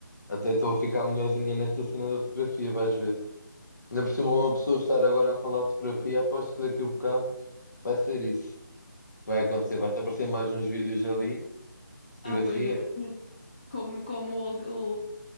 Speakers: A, on the left; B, on the left.
A: até estou a ficar melhorzinha nesta cena da fotografia, vais ver. Ainda por cima uma pessoa estar agora a falar de fotografia, aposto que daqui a um bocado vai ser isso. Vai acontecer, vai-te aparecer mais uns vídeos ali, fotografia.
B: Ah, pois, não, como, como o,